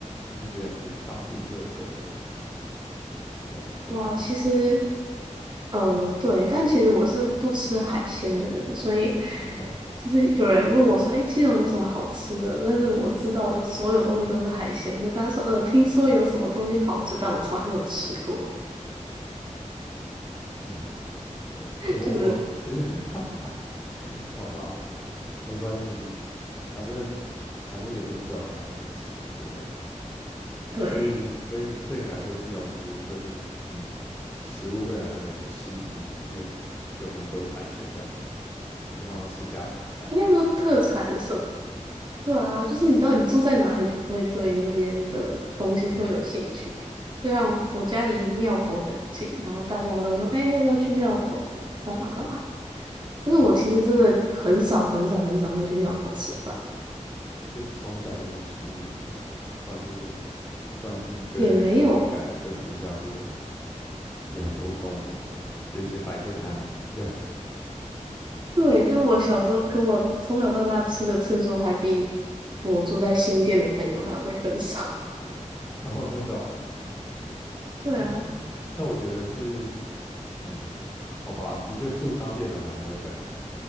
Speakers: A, on the left (about 20°); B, on the right (about 35°).
A: 你觉得是当地特色的？算吉古拉哦
B: 哇，其实，嗯、对，但其实我是不吃海鲜的人，所以
A: ，OK，
B: 就是有人问我说：“哎，基隆有什么好吃的？”但是我知道的所有东西都是海鲜，我就跟他说：“呃，听说有什么东西好吃，但我从来没有吃过。”
A: 嗯，诶，我我其实
B: 就是
A: <laughs> 好吧，没关系，反正反正也不是只有海鲜可以吃嘛，对不对？
B: 对，
A: 所以所以你对你来说，基隆其实就是嗯，食物对你来说没什么吸引力，因为有名的都是海鲜这样子，平常吃家常菜，
B: 应该说特产什么？对啊，就是你知道你住在哪里，就不会对那边的东西特有兴趣。
A: 真的，
B: 就像我家离庙口很近，然后大家都说：“哎、要不要去庙口什么干嘛干嘛？”但是我其实真的很少很少很少会去庙口吃饭，
A: 哦，因为从小就已经吃腻了这样，不然就是不然就是你对那个地方感觉就只是像是。
B: 也没有欸。
A: 一个很普通的地方，就一些摆一些摊子这样。
B: 对，就是我小时候，可我从小到大吃的次数还比我住在新店的朋友还要再更少。
A: <laughs> 哦，真的哦，
B: <laughs> 对啊，
A: 那那我觉得是，嗯，好吧，的确住当地人好像会这样子。